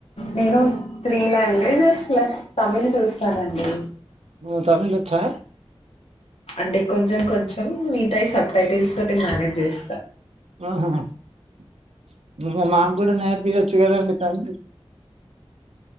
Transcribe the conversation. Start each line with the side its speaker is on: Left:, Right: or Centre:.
Left: నేను త్రీ లాంగ్వేజెస్ ప్లస్ తమిళ్ చూస్తానండి
Right: మ్మ్ తమిళ్ వచ్చా
Left: అంటే కొంచెం కొంచెం మిగతావి సబ్ టైటిల్స్ తోటి మేనేజ్ చేస్తా
Right: ఆహా మాక్ కూడా నేర్పియ వచ్చు కదండి తమిళ్